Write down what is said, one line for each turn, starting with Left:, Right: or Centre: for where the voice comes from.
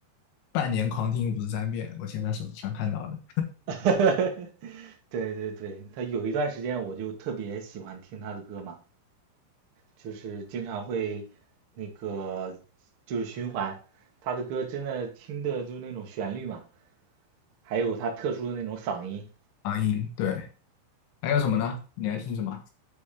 Left: 半年狂听五十三遍，我现在手机上看到的
Right: <laughs> 对对对，他有一段时间我就特别喜欢听他的歌嘛，就是经常会那个就是循环，他的歌真的听的就是那种旋律嘛，还有他特殊的那种嗓音，
Left: 长音。对，还有什么呢？你还听什么？